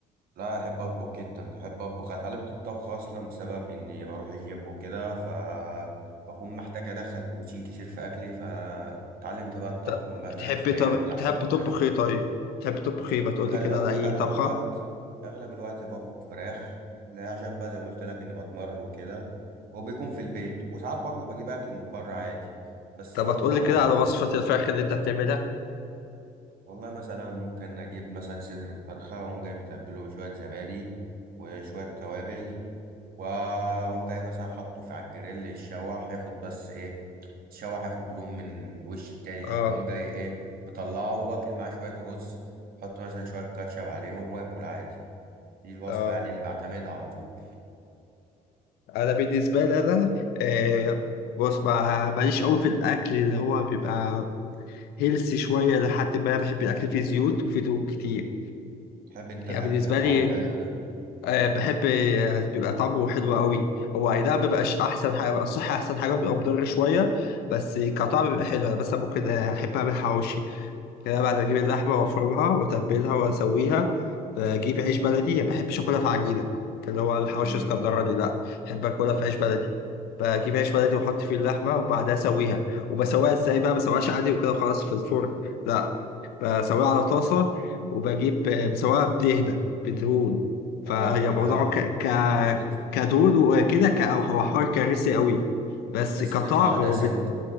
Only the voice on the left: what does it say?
طب
بتحبي
طب
بتحبي
تطبخ ايه طيب؟ بتحبي تطبخ ايه؟ ما تقولي
كده
على اي
طبخة؟
طب
ما تقولي كده
على وصفة الفراخ اللي انت بتعملها؟
اه
اه
انا بالنسبة لي انا آه بص ما ماليش قوي في الاكل اللي هو بيبقى هيلثي شوية لحد ما بحب الاكل فيه زيوت وفيه دهون كتير
يعني
بالنسبة
لي
آه بحب آه، بيبقى طعمه حلو قوي هو اي نعم مبيبقاش احسن حاجة بيبقى الصحة احسن حاجة بيبقى مضر شوية بس كطعم بيبقى حلو انا مثلا ممكن احب اعمل حواوشي كده بعد اجيب اللحمه وافرمها واتبلها واسويها بجيب عيش بلدي ما بحبش اكلها في عجينه اللي هو الحواوشي
اسكندراني دي لا بحب اكلها في عيش بلدي بجيب عيش بلدي واحط فيه اللحمه وبعدها اسويها وبسويها ازاي بقى ما بسويهاش عادي وكده خلاص في الفرن لا بسويها على طاسه وبجيب بسويها بدهنه بدهون فهي
موضوع ك... ك...
كدهون وكده ك... هو حوار كارثي قوي بس
كطعم
هو